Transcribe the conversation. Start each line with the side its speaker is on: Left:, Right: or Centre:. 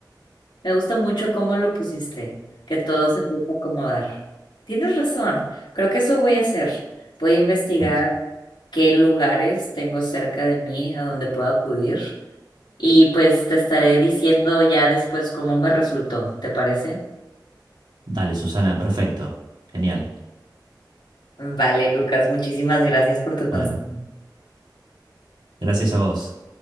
Left: me gusta mucho cómo lo pusiste, que todo se empieza a acomodar. Tienes razón, creo que eso voy a hacer. Voy a investigar
Right: Buenísimo.
Left: qué lugares tengo cerca de mí a donde puedo acudir y pues te estaré diciendo ya después cómo me resultó, ¿te parece?
Right: Dale, Susana, perfecto. Genial.
Left: Vale, Lucas, muchísimas gracias por tu
Right: Bueno,
Left: consejo.
Right: gracias a vos.